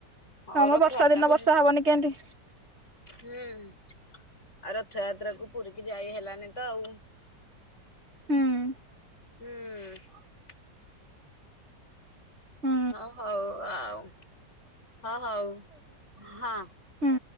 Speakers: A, on the left (about 40°); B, on the right (about 35°).
A: ହଉ
B: ହଁମ
A: ରଥଯାତ୍ରା
B: ବର୍ଷା ଦିନ
A: କୁ
B: ବର୍ଷା
A: ଯି
B: ହବନି କେଁ ତି?
A: ହୁଁ ଆଉ, ରଥଯାତ୍ରା କୁ ପୁରୀକି ଯାଇ ହେଲାନି ତ ଆଉ?
B: ହୁଁ।
A: ହୁଁ।
B: ହୁଁ
A: ହଁ, ହଉ ଆଉ। ହଁ, ହଉ ହଁ।
B: ହୁଁ